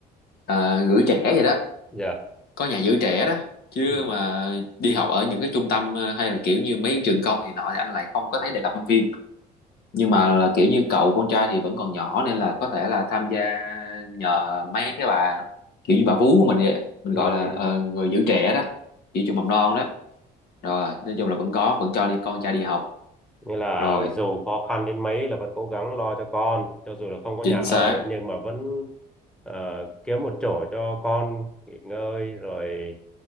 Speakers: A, on the left (about 70°); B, in the centre.
A: à, gửi trẻ vậy đó
B: dạ
A: có nhà giữ trẻ đó chứ
B: ừ
A: mà đi học ở những cái trung tâm ờ, hay là kiểu như mấy cái trường công thì nọ thì anh lại không có thấy đề cập trong phim nhưng
B: ừ
A: mà là kiểu như cậu con trai thì vẫn còn nhỏ nên là có thể là tham gia nhờ mấy cái bà kiểu như bà vú của mình vậy mình
B: ừ
A: gọi là
B: ừ
A: ờ, người giữ trẻ đó giữ trường mầm non đó rồi nói chung là vẫn có vẫn cho đi con trai đi học
B: nghĩa là
A: rồi
B: dù khó khăn đến mấy là vẫn cố gắng lo cho con cho dù là không có
A: chính
B: nhà ở
A: xác
B: nhưng mà vẫn ờ, kiếm một chỗ cho con nghỉ ngơi rồi